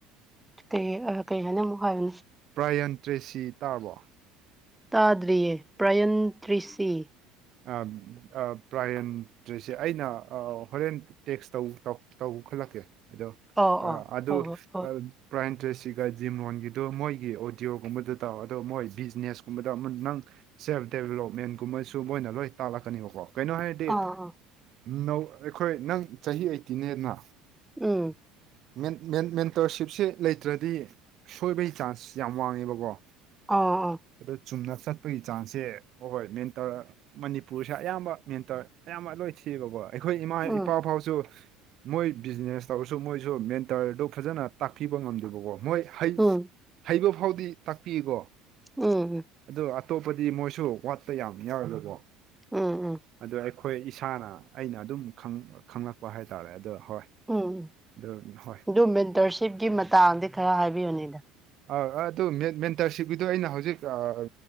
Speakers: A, in the centre; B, on the right (about 55°).
A: ꯀꯩ ꯑ ꯀꯩ ꯍꯥꯏꯅ ꯑꯃꯨꯛ ꯍꯥꯏꯌꯨꯅꯦ
B: ꯄ꯭ꯔꯥꯏꯌꯟ ꯇ꯭ꯔꯦꯁꯤ ꯇꯥꯔꯕꯣ
A: ꯇꯥꯗ꯭ꯔꯤꯌꯦ ꯄ꯭ꯔꯥꯏꯌꯟꯇ꯭ꯔꯦꯁꯤ
B: ꯑꯥ ꯄ꯭ꯔꯥꯏꯌꯟꯇ꯭ꯔꯦꯁꯤ ꯑꯩꯅ ꯑ ꯍꯣꯔꯦꯟ ꯇꯦꯛꯁ ꯇꯧ ꯇꯧꯈꯠꯂꯛꯀꯦ ꯑꯗꯣ
A: ꯑꯣ ꯑꯣ
B: ꯑꯗꯨ
A: ꯍꯣꯏ ꯍꯣꯏ ꯍꯣꯏ
B: ꯑꯝ ꯄ꯭ꯔꯥꯏꯌꯟꯇ꯭ꯔꯦꯁꯤꯒ ꯖꯤꯝꯔꯣꯟ ꯒꯤꯗꯨ ꯃꯣꯏꯒꯤ ꯑꯣꯗꯤꯌꯣ ꯒꯨꯝꯕꯗꯨ ꯇꯥꯎꯋꯣ ꯑꯗꯣ ꯃꯣꯏ ꯕꯤꯖꯤꯅꯦꯁꯀꯨꯝꯕꯗ ꯑꯃ ꯅꯪ ꯁꯦꯜꯐ ꯗꯦꯕꯤꯂꯞꯃꯦꯟ ꯒꯨꯝꯕꯁꯨ ꯃꯣꯏꯅ ꯂꯣꯏ ꯇꯥꯛꯂꯛꯀꯅꯦꯕꯀꯣ ꯀꯩꯅꯣ ꯍꯥꯏꯔꯗꯤ
A: ꯑꯥ ꯑꯥ
B: ꯅꯧ ꯑꯩꯈꯣꯏ ꯅꯪ ꯆꯍꯤ ꯑꯩꯇꯤꯟꯅꯦꯅ
A: ꯎꯝ
B: ꯃꯦꯟ ꯃꯦꯟ ꯃꯦꯟꯇꯔꯁꯤꯞꯁꯤ ꯂꯩꯇ꯭ꯔꯗꯤ ꯁꯣꯏꯕꯒꯤ ꯆꯥꯟꯁ ꯌꯥꯝ ꯋꯥꯡꯉꯦꯕꯀꯣ
A: ꯑꯥ ꯑꯣ
B: ꯑꯗꯨ ꯆꯨꯝꯅ ꯆꯠꯄꯒꯤ ꯆꯥꯟꯁꯁꯦ ꯍꯣꯏ ꯃꯦꯟ ꯇꯔ ꯃꯅꯤꯄꯨꯔꯁꯦ ꯑꯌꯥꯝꯕ ꯃꯦꯟꯇꯔ ꯑꯌꯥꯝꯕ ꯂꯣꯏꯁꯤ ꯊꯤꯕ ꯑꯩꯈꯣꯏ ꯏꯃꯥ
A: ꯎꯝ
B: ꯏꯄꯥ ꯐꯥꯎꯁꯨ ꯃꯣꯏ ꯕꯤꯖꯤꯅꯦꯁ ꯇꯧꯔꯁꯨ ꯃꯣꯏꯁꯨ ꯃꯦꯟꯇꯔꯗꯨ ꯐꯖꯅ ꯇꯥꯛꯄꯤꯕ ꯉꯝꯗꯕꯀꯣ ꯃꯣꯏ ꯍꯩ
A: ꯎꯝ
B: ꯍꯩꯕ ꯐꯥꯎꯗꯤ ꯇꯥꯛꯄꯤꯌꯦꯀꯣ
A: ꯎꯝ
B: ꯑꯗꯣ ꯑꯇꯣꯞꯄꯗꯤ ꯃꯣꯏꯁꯨ ꯋꯥꯠꯄ ꯌꯥꯝ ꯌꯥꯎꯋꯦꯕ ꯀꯣ
A: ꯎꯝ ꯎꯝ
B: ꯑꯗꯣ ꯑꯩꯈꯣꯏ ꯏꯁꯥꯅ ꯑꯩꯅ ꯑꯗꯨꯝ ꯈꯪꯂꯛꯄ ꯍꯥꯏꯇꯥꯔꯦ ꯑꯗꯣ ꯍꯣꯏ
A: ꯎꯝ ꯎꯝ
B: ꯑꯗꯨ ꯍꯣꯏ
A: ꯑꯗꯨ ꯃꯦꯟꯇꯔꯁꯤꯞꯀꯤ ꯃꯇꯥꯡꯗ ꯈꯔ ꯍꯥꯏꯕꯤꯌꯨꯅꯦ ꯗꯥ
B: ꯑ ꯑꯗꯨ ꯃꯦꯟꯇꯔꯁꯤꯞꯀꯤꯗꯣ ꯑꯩꯅ ꯍꯧꯖꯤꯛ ꯑꯥ